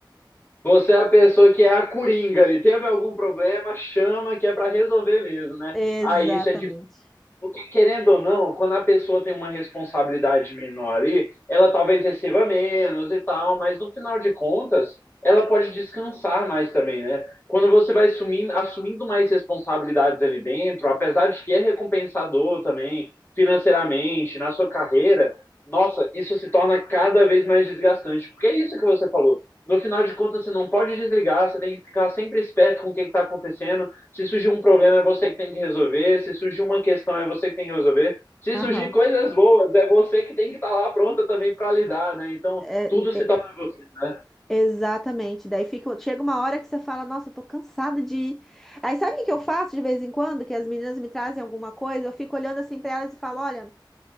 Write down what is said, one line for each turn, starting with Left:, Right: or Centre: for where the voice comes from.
Left: Você é a pessoa que é a coringa ali, teve algum problema, chama que é para resolver mesmo, né?
Centre: Exatamente.
Left: Aí isso é de Porque, querendo ou não, quando a pessoa tem uma responsabilidade menor ali, ela talvez receba menos e tal, mas no final de contas, ela pode descansar mais também, né? Quando você vai sumindo, assumindo mais responsabilidades ali dentro, apesar de que é recompensador também, financeiramente, na sua carreira, nossa, isso se torna cada vez mais desgastante. Porque é isso que você falou. No final de contas, você não pode desligar, você tem que ficar sempre esperto com o que está acontecendo, se surgir um problema, é você que tem que resolver. Se surgir uma questão, é você que tem que resolver. Se
Centre: Aham.
Left: surgir coisas boas, é você que tem que estar lá pronta também para lidar, né? Então,
Centre: É,
Left: tudo se torna você, né?
Centre: Exatamente. Daí fica, chega uma hora que você fala, nossa, eu tô cansada de ir. Aí sabe o que que eu faço de vez em quando? Que as meninas me trazem alguma coisa, eu fico olhando assim pra elas e falo, olha,